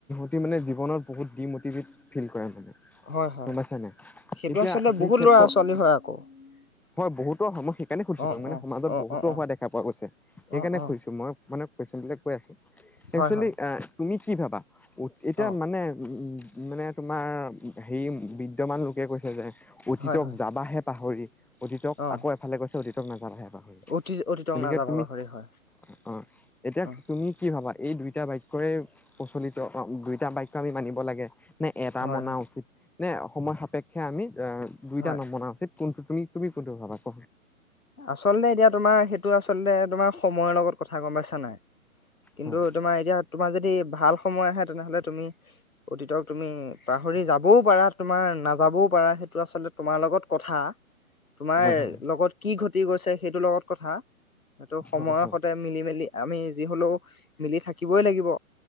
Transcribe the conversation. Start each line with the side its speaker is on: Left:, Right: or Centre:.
Centre: প্ৰতি মানে জীৱনত বহুত ডিম'টিভেট ফিল কৰে মানে।
Left: হয় হয়
Centre: গম পাইছা নাই
Left: সেইটো
Centre: এতিয়া
Left: আচলতে
Centre: সেই
Left: বহুত
Centre: ক্ষেত্ৰত
Left: ল'ৰা <inaudible>
Centre: হয় বহুতো অ হয় মই সেইকাৰণে সুধিছো
Left: অ
Centre: বাৰু মানে
Left: অ
Centre: সমাজত
Left: অ
Centre: বহুতো
Left: অ অ
Centre: হোৱা দেখা পোৱা গৈছে সেইকাৰণে
Left: অ অ
Centre: কৈছোঁ মই মানে কুইচ্ছন বিলাক কৈ আছো।
Left: হয়
Centre: একচুৱেলি
Left: হয়
Centre: আ তুমি কি ভাবা? উট এতিয়া
Left: অ
Centre: মানে মানে তোমাৰ হেৰি বিদ্যমান লোকে কৈছে যে অতীতক
Left: হয় হয়
Centre: আহে পাহৰি অতীতক
Left: অ
Centre: আকৌ এফালে কৈছে অতীতক <unintelligible>
Left: অতি অতীতক
Centre: গতিকে
Left: নাযাবা
Centre: তুমি
Left: পাহৰি হয়
Centre: অ এতিয়া
Left: অ
Centre: তুমি কি ভাবা? এই দুইটা বাক্যৰে প্ৰচলিত, দুইটা বাক্য আমি মানিব লাগে। নে এটা
Left: হয়
Centre: মনা
Left: হয়
Centre: উচিত নে সময় সাপেক্ষে আমি
Left: হয়
Centre: এতিয়া নবনাও চিত কোনটো তুমি - তুমি কোনটো ভাবা ক
Left: আচলতে এতিয়া তোমাৰ সেইটো আচলতে তোমাৰ সময়ৰ লগত কথা গম পাইছা নাই। কিন্তু
Centre: হয়
Left: তোমাৰ এতিয়া তোমাৰ যদি ভাল সময় আহে তেনেহলে তুমি অতীতক তুমি পাহৰি যা বও পাৰা তোমাৰ নাযাবও পাৰা সেইটো আচলতে তোমাৰ লগত কথা, তোমাৰ
Centre: হয় হয়
Left: লগত কি ঘটি গৈছে সেইটোৰ লগত কথা সেইটো সময়ৰ
Centre: হয় হয়
Left: সতে মিলি মেলি আমি যি হলেও মিলি থাকিবই লাগিব।